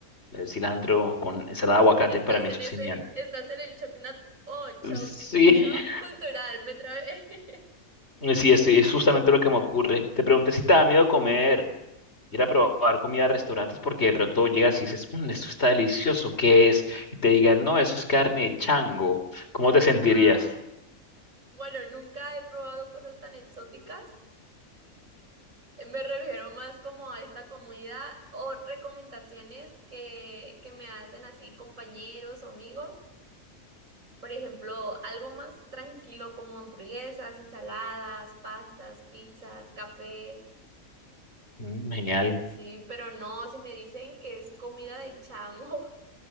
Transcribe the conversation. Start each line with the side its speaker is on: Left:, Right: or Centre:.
Left: eh, cilantro con ensalada de aguacate,
Right: Estás
Left: para mí
Right: en
Left: eso
Right: ese,
Left: es genial.
Right: estás en el choc nat o choc,
Left: Sí,
Right: choc
Left: <laughs>
Right: cultural, me trabé. <laughs>
Left: Eh, Sí, estoy, es justamente lo que me ocurre. Te pregunté si te da miedo comer, ir a probar comida a restaurantes, porque de pronto llegas y dices, "Mm, esto está delicioso, ¿qué es? Y te digan, no, eso es carne de chango. ¿Cómo te sentirías?
Right: Ah, bueno, nunca he probado cosas tan exóticas, Me refiero más como a esta comunidad o recomendaciones que, que me hacen así compañeros o amigos. Por ejemplo, algo más tranquilo como hamburguesas, ensaladas, pastas, pizzas, cafés.
Left: "Mm, genial.
Right: Sí, pero no, si me dicen que es comida de chango